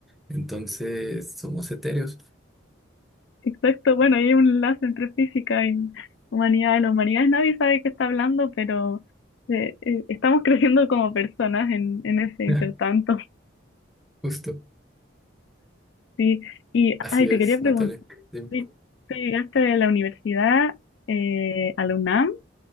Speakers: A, in the centre; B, on the left.
A: Entonces, somos etéreos.
B: exacto. Bueno, hay un enlace entre física y humanidades. Las humanidades nadie sabe qué está hablando, pero eh, eh, estamos <laughs> creciendo como personas en, en ese intertanto.
A: <laughs> Justo.
B: Sí, y
A: Así
B: ay, te
A: es,
B: quería preguntar,
A: Natalia. Dime.
B: ¿tú tú llegaste de la universidad eh, a la UNAM?